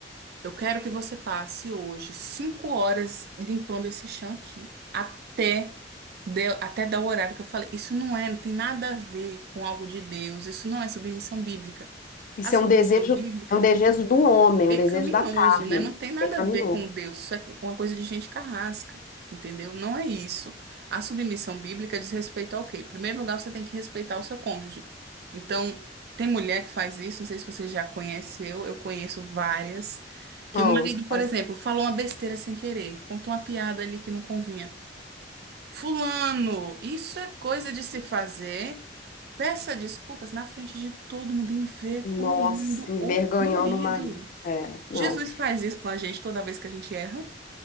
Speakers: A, on the right; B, on the left.
A: eu quero que você passe hoje cinco horas limpando esse chão aqui, até de- até dar o horário que eu falei. Isso não é, não tem nada a ver com algo de Deus. Isso não é submissão bíblica.
B: Isso
A: A submissão
B: é um desejo,
A: bíblica
B: é um desejo do homem,
A: pecaminoso,
B: um desejo da carne,
A: né? Não tem nada
B: é pecaminoso.
A: a ver com Deus, isso é uma coisa de gente carrasca, entendeu? Não é isso. A submissão bíblica diz respeito ao quê? Em primeiro lugar, você tem que respeitar o seu cônjuge. Então, tem mulher que faz isso, não sei se você já conheceu, eu conheço várias, que
B: Não,
A: o marido, por
B: faz...
A: exemplo, falou uma besteira sem querer, contou uma piada ali que não convinha. Fulano, isso é coisa de se fazer. Peça desculpas na frente de todo mundo, envergonhando
B: Nossa, envergonhando
A: o marido.
B: o marido. É, não.
A: Jesus faz isso com a gente toda vez que a gente erra.